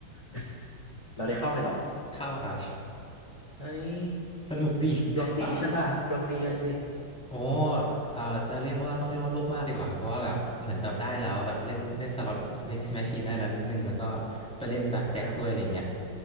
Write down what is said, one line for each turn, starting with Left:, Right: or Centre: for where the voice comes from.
Left: <laughs> เราได้เข้าไปเหรอ
Centre: เข้าครับ
Left: เฮ้ย
Centre: สนุกดี <laughs>
Left: ดวงดีใช่ป่ะดวงดีเลยสิ
Centre: ก็โอโอ้เอ่อจะเรียกว่าต้องเรียกว่าโลภมากดีกว่าครับเพราะว่าแบบเหมือนแบบได้แล้วแบบเล่นเล่นสล็อตแมชชีนได้แล้วนิดนึงแล้วก็ไปเล่นแบล็กแจ็คด้วยอะไรเงี้ย
Left: อ่าฮะ